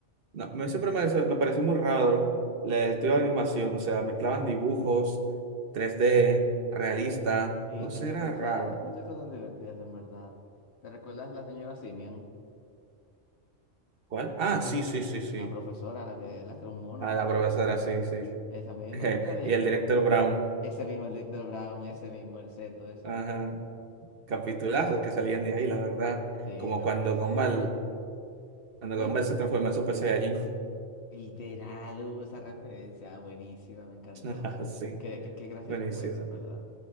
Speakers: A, on the right; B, on the left.
A: No, me, siempre me, me pareció muy raro el estudio de animación, o sea, mezclaban dibujos, tres d realista,
B: Y
A: no
B: tenía
A: sé, era
B: muchas,
A: raro.
B: muchas cosas divertidas, en verdad. ¿Te recuerdas la señora Simian?
A: ¿Cuál? Ah, sí, sí, sí, sí.
B: La profesora, la que, la que era un mono.
A: Ah, la profesora, sí, sí.
B: Esa misma,
A: <laughs>
B: creo que era directora.
A: Y el director Brown.
B: Ese mismo, el director Brown, ese mismo, el Seto, ese.
A: Ajá. Capitulazos que salían de ahí, la verdad.
B: Sí,
A: Como
B: me
A: cuando
B: parece
A: Gumball, cuando
B: me-
A: Gumball se transformó en Super Saiyajin.
B: literal, hubo esa referencia, buenísima, me encantó.
A: <laughs> Sí,
B: Qué, qué, qué gracioso
A: buenísimo.
B: fue eso, en verdad.